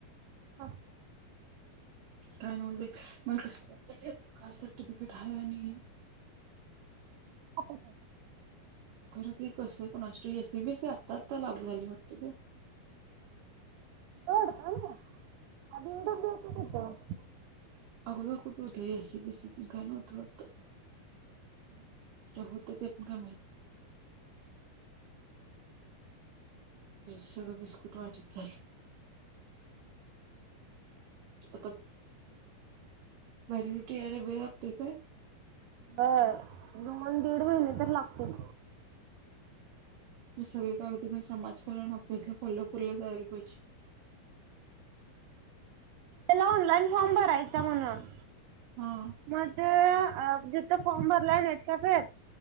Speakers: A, on the right (about 80°); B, on the right (about 65°).
A: हा
B: काय नव्हच बाई मला कस कास्ट सर्टिफिकेट हाय आणि
A: <unintelligible>
B: खरं ते कसं कोणास ठावूक एसीबीस आत्ता आता लागू झालयं वाटतं ग.
A: <unintelligible>
B: अगोदर कुठं होत. एसीबीसी तेन काय? नव्हतं वाटतं.
A: <inaudible>
B: होत, ते आपण काय माहित? सगळं बिस्कुट वाटचं झाले. <unintelligible> यायला वेळ लागतोय काय?
A: <unintelligible> दीड महिने तर लागतील.
B: हि सगळी कागद घेवून समाज कल्याण आँफिसला कोल्हापुरला जायला पाहिजे.
A: त्याला ऑनलाइन फॉर्म भरायचा म्हणून,
B: हा
A: माझं अ जिथं फॉर्म भरलाय नेट कॅफेत